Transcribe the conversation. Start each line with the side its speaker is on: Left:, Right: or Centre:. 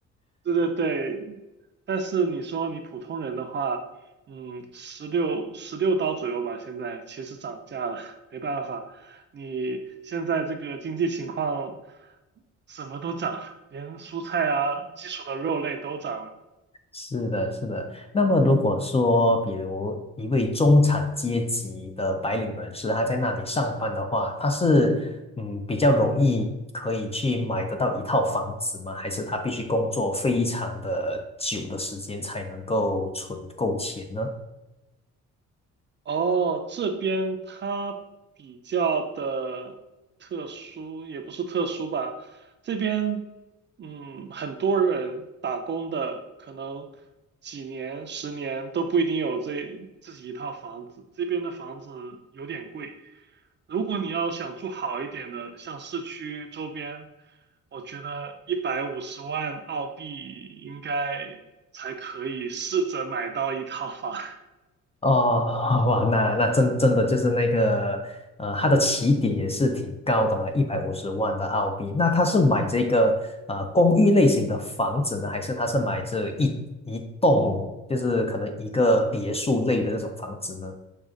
Right: 对对对，但是你说你普通人的话，嗯，十六十六刀左右吧，现在其实涨价了，没办法，你现在这个经济情况，什么都涨，连蔬菜啊、基础的肉类都涨了。
Left: 是的，是的。那么，如果说，比如一位中产阶级的白领人士，他在那里上班的话，他是嗯比较容易可以去买得到一套房子吗？还是他必须工作非常的久的时间才能够存够钱呢？
Right: 哦，这边它比较的特殊，也不是特殊吧。这边，嗯，很多人打工的，可能几年、十年都不一定有这自己一套房子。这边的房子有点贵，如果你要想住好一点的，像市区周边，我觉得一百五十万澳币应该才可以试着买到一套房。<laughs>
Left: 哦，<laughs> 哇，那那真真的就是那个，呃，它的起点也是挺高的嘛，一百五十万的澳币。那他是买这个呃公寓类型的房子呢，还是他是买这一一栋，就是可能一个别墅类的这种房子呢？